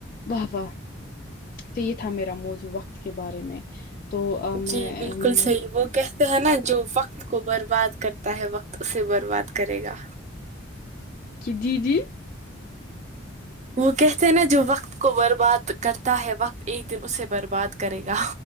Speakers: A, on the left; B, on the right.
A: واہ واہ تو یہ تھا میرا موضوع وقت کے بارے میں تو امم میں
B: جی بالکل
A: امم
B: صحیح وہ کہتے ہیں نا جو وقت کو برباد کرتا ہے وقت اسے برباد کرے گا
A: کی جی جی
B: وہ کہتے ہیں نا جو وقت کو برباد کرتا ہے وقت ایک دن اسے برباد کرے گا